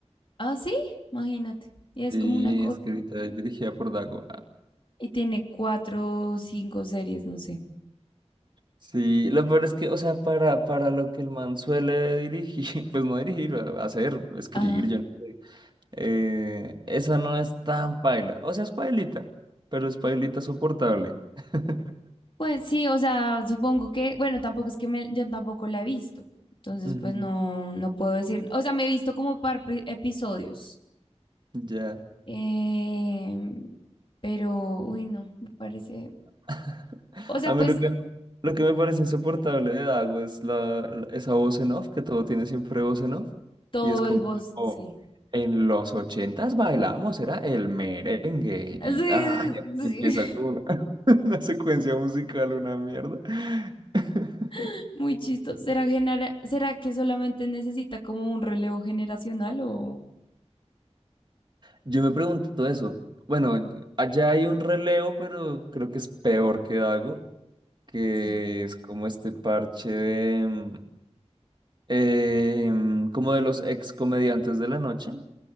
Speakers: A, on the left; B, on the right.
A: Ah, sí, imagínate. Y es
B: Sí,
A: como una cosa,
B: escrita y dirigida por Dago.
A: y tiene cuatro o cinco series, no sé.
B: Sí, lo peor es que, o sea, para, para lo que el man suele dirigir, <laughs> pues no dirigir, a- hacer, escribir,
A: ajá
B: yo no sé. eh, esa no es tan paila. O sea, es pailita, pero es pailita soportable. <laughs>
A: Pues sí, o sea, supongo que, bueno, tampoco es que me, yo tampoco la he visto, entonces
B: Ujú,
A: pues no, no puedo decir, o sea, me he visto como par pe- episodios,
B: Ya.
A: em, pero, uy, no, me parece,
B: <laughs>
A: o sea,
B: A mí
A: pues
B: lo que, lo que me parece insoportable de Dago es la, la- esa voz en off, que todo tiene siempre voz en off.
A: todo
B: Y es como,
A: es voz,
B: "Oh,
A: sí.
B: en los ochentas bailábamos, era el merengue. Y
A: Sí,
B: ay,
A: sí,
B: empieza
A: sí,
B: con una, <laughs> una secuencia musical, una mierda. <laughs>
A: <laughs> muy chistoso. ¿Será, genera- ¿Será que solamente necesita como un relevo generacional o...?
B: Yo me pregunto eso. Bueno, allá hay un relevo, pero creo que es peor que Dago. que
A: Sí.
B: es como este parche de, mm, em, como de los ex comediantes de la noche.